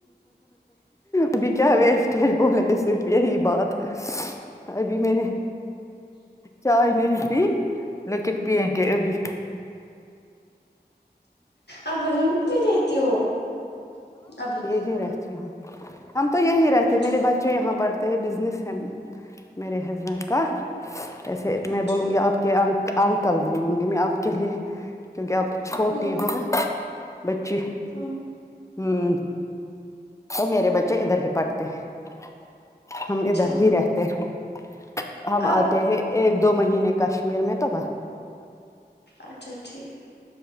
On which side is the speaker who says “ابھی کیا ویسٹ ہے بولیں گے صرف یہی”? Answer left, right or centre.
Left